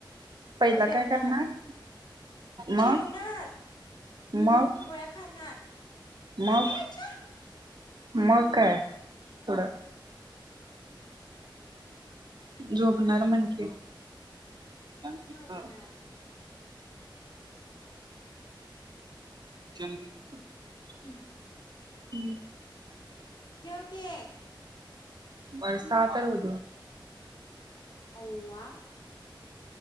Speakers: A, on the right; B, on the left.
A: पहिलं
B: हो जेवणार
A: काय करणार
B: जेवणार
A: मग मग?
B: गोळ्या खाणार
A: मग?
B: अरे अच्छा
A: मग काय थोड झोपणार म्हण कि यांना तिथं
B: झोपणार
A: <inaudible> <inaudible>
B: हम्म
A: हम्म
B: ठेव की
A: पण सहा तर होतो.
B: अव्वा